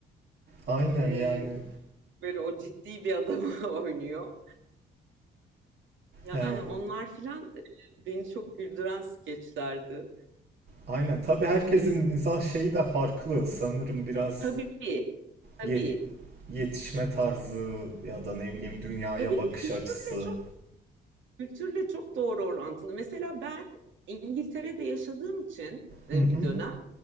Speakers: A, on the right; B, on the right.
A: Aynen
B: E,
A: yani.
B: böyle o ciddi bir adamı <laughs> oynuyor. Yani
A: Ee,
B: onlar filan e, beni çok güldüren skeçlerdi.
A: Aynen. Tabii herkesin
B: Ee,
A: mizah şeyi de farklı. Sanırım biraz
B: tabii, tabii,
A: yet- yetişme tarzı ya da ne bileyim dünyaya
B: tabii
A: bakış
B: kültürle
A: açısı.
B: çok kültürle çok doğru orantılı. Mesela ben İngiltere'de yaşadığım için
A: Hı
B: e,
A: hı.
B: bir dönem